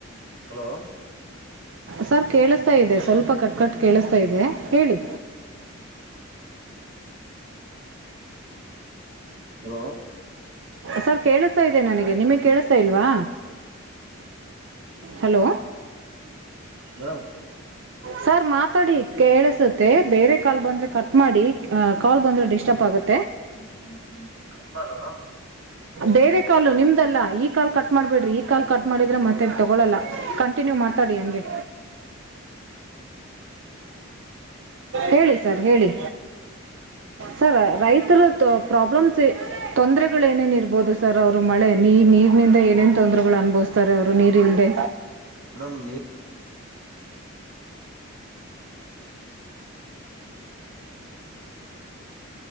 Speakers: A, on the right; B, on the right.
A: ಹಲೋ
B: ಸರ್ ಕೇಳಿಸ್ತಾ ಇದೆ ಸ್ವಲ್ಪ ಕಟ್ ಕಟ್ ಕೇಳಿಸ್ತಾ ಇದೆ. ಹೇಳಿ
A: ಹಲೋ
B: ಸರ್ ಕೇಳಿಸ್ತಾ ಇದೆ ನನಗೆ ನಿಮಗ್ ಕೇಳಿಸತಾ ಇಲ್ವಾ? ಹಲೋ
A: ಮೇಡಂ
B: ಸರ್ ಮಾತಾಡಿ ಕೇಳಸುತ್ತೆ ಬೇರೆ ಕಾಲ್ ಬಂದ್ರೆ ಕಟ್ ಮಾಡಿ ಕಾಲ್ ಬಂದ್ರೆ ಡಿಸ್ಟರ್ಬ್ ಆಗುತ್ತೆ
A: <unintelligible>
B: ಬೇರೆ ಕಾಲು ನಿಮ್ದಲ್ಲ ಈ ಕಾಲ್ ಕಟ್ ಮಾಡ್ಬಿಡ್ರಿ ಈ ಕಾಲ್ ಕಟ್ ಮಾಡಿದರೆ ಮತ್ತೆ ತೊಗೊಳಲ್ಲ ಕಂಟಿನ್ಯೂ ಮಾತಾಡಿ ಹಂಗೆ ಹೇಳಿ ಸರ್ ಹೇಳಿ ಸರ್ ರೈತರ ಪ್ರಾಬ್ಲಮ್ಸ್ ತೊಂದರೆಗಳು ಏನೇನು ಇರ್ ಬಹುದು ಸರ್ ಅವ್ರು ಮಳೆ ನೀ ನೀರ್ನಿಂದ ಏನೇನ್ ತೊಂದ್ರೆಗಳು ಅನ್ಭೋಸ್ತಾರೆ ಅ ನೀರಿಲ್ಲದೆ
A: ಮೇಡಮ್ ನೀರ್